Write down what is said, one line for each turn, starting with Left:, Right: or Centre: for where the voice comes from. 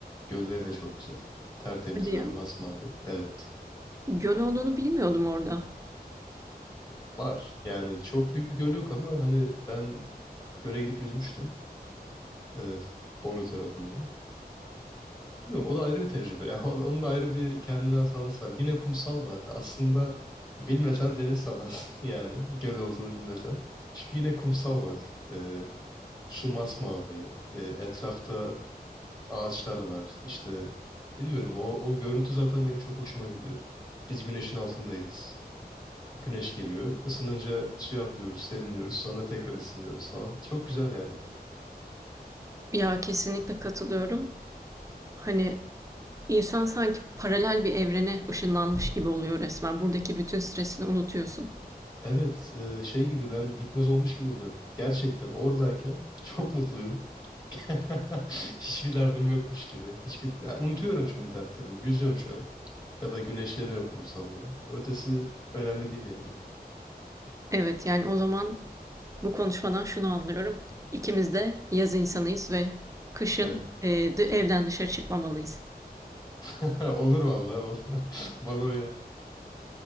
Left: Gölleri de çok güzel. Tertemiz
Right: Hadi ya.
Left: böyle masmavi. Evet.
Right: Göl olduğunu bilmiyordum orada.
Left: Var. Yani çok büyük bir göl yok ama hani ben göle gidip yüzmüştüm. E, Bolu tarafında. Bilmiyorum, o da ayrı bir tecrübe. <laughs> Yani onun onun da ayrı bir kendine has havası var. Yine kumsal var. Aslında bilmesen deniz sanarsın <laughs> yani. Göl olduğunu bilmesen. Çünkü yine kumsal var. Ee, su masmavi. Ee, etrafta ağaçlar var. İşte bilmiyorum o, o görüntü zaten benim çok hoşuma gidiyor. Biz güneşin altındayız. Güneş geliyor. Isınınca suya atlıyoruz, serinliyoruz. Sonra tekrar ısınıyoruz falan. Çok güzel yani.
Right: Ya kesinlikle katılıyorum. Hani İnsan sanki paralel bir evrene ışınlanmış gibi oluyor resmen. Buradaki bütün stresini unutuyorsun.
Left: Evet, e, şey gibi ben hipnoz olmuş gibi oluyorum. Gerçekten oradayken çok mutluyum. <laughs> Hiçbir derdim yokmuş gibi. Hiçbir ya unutuyorum çünkü dertlerimi. Yüzüyorum şu an. Ya da güneşleniyorum kumsalda. Ötesi önemli değil yani.
Right: Evet, yani o zaman bu konuşmadan şunu anlıyorum. İkimiz de yaz insanıyız ve kışın
Left: Evet.
Right: e, evden dışarı çıkmamalıyız.
Left: <laughs> Olur vallahi olur. <laughs> Bana uyar.